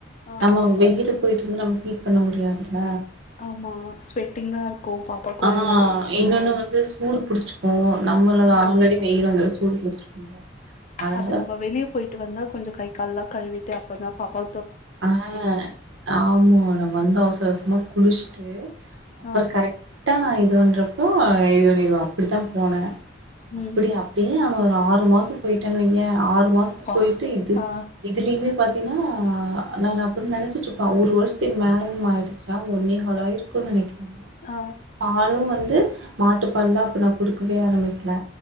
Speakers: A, on the left; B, on the right.
A: ஆ
B: நம்ம வெயி போயிட்டுவந்து நம்ம ஃபீட் பண்ண முடியாது துல
A: ஆமா ஸ்வெட்டிங்கா இருக்கு பாப்பாக்கு
B: ஆஹ்
A: ஒரே அன்
B: இன்னொன்னு
A: ஆ
B: வந்து சூடு புடிச்சிக்கு நம்மள
A: ஆ
B: ஆல்ரெடி வெயில் வந்து சூடு புடிச்சிருக்கும்ல அதனால
A: அது நம்ம வெளிய போயிட்டு வந்தா கொஞ்சோ கை கால்லா கழுவிட்டு அப்பதா பாப்பா
B: ஆஹ் ஆமா நம்ம வந்து அவசர அவசரமா குளிச்சிட்டு அப்புற
A: ஆ
B: கரெக் க்ட்டா நா இது பண்றப்போ இது பண்ணிருவா அப்டிதா போனே அப்டி
A: ம்
B: அப்டியே அவ ஆறு மாச போயிட்டேனு வைய்யே ஆறு மாசத்துக்கு
A: பா
B: போயிட்டு இது
A: ஆ
B: இதுலியிமே பாத்தீன்னா நா அப்டி நெனச்சிட்ருப்ப ஒரு வருஷத்துக்கு மேலயுமாயிடுச்சா ஒன்னேகாலாயிருக்கு நெனைக்கிற
A: ஆ
B: பாலு வந்து மாட்டுப்பால்லா அப்ப நா குடுக்கவே ஆரபிக்கல